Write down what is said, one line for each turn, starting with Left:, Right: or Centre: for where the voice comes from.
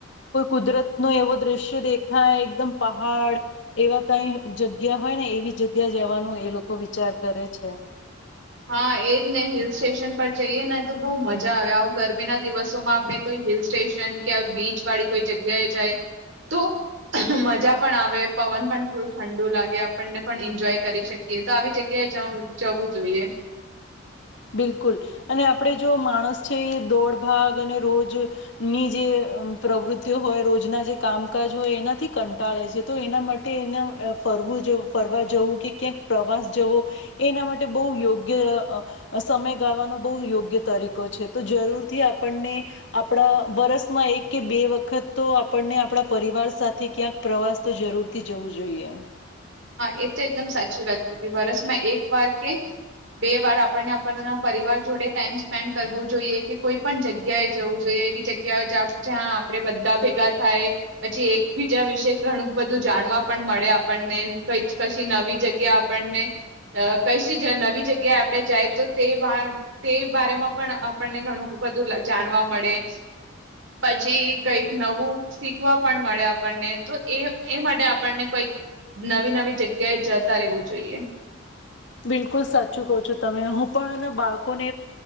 Left: કોઈ કુદરતનો એવો દ્રશ્ય દેખાય એકદમ પહાડ એવા કઈ જગ્યા હોય ને એવી જગ્યાએ જવાનું એ લોકો વિચાર કરે છે.
Right: હાં એજ ને હિલ સ્ટેશન પર જઈએ ને તો બઉ મજા આવે, આવુ ગરમીના દિવસોમાં આપણે કોઈ હિલ સ્ટેશન કે આવી બીચ વાળી કોઈ જગ્યાએ જાય તો મજા પણ આવે પવન પણ થોડું ઠંડુ લાગે આપણને પણ એન્જોય કરી શકીએ તો આવી જગ્યાએ જવુ જવું જોઈએ.
Left: બિલકુલ અને આપડે જો માણસ છે એ દોડ ભાગ અને રોજની જે પ્રવૃતિઓ હોય રોજના જે કામકાજ હોય એનાથી કંટાળે છે તો એના માટે એના ફરવું જો ફરવા જવું કે ક્યાંક પ્રવાસ જવો એ એના માટે બઉ યોગ્ય અ સમય ગાવાનો બહુ યોગ્ય તરીકો છે તો જરૂરથી આપણને આપણા વરસમાં એક કે બે વખત તો આપણને આપણા પરિવાર સાથે ક્યાંક પ્રવાસ તો જરૂરથી જવું જોઈએ.
Right: હાં એ તો એકદમ સાચી વાત કીધી વરષમાં એક વાર કે બે વાર આપણને આપણના પરિવાર જોડે ટાઈમ સ્પેન્ડ કરવું જોઈએ કે કોઈ પણ જગ્યાએ જવું જોઈએ એવી જગ્યા હોય જ જ્યાં આપણે બધા ભેગા થાયે પછી એકબીજા વિશે ઘણું બધું જાણવા પણ મળે આપણને કંઈ જ કશી નવી જગ્યા આપણને કશી જ નવી જગ્યાએ આપડે જાયે તો તે તે બારેમાં પણ આપણને ઘણું બધું જાણવા મળે પછી કઈક નવું શીખવા પણ મળે આપણને તો એ એ માટે આપણને કંઈક નવી નવી જગ્યાએ જતા રેવું જોઈએ.
Left: બિલકુલ સાચું કહો છો તમે હું પણ એના બાળકોને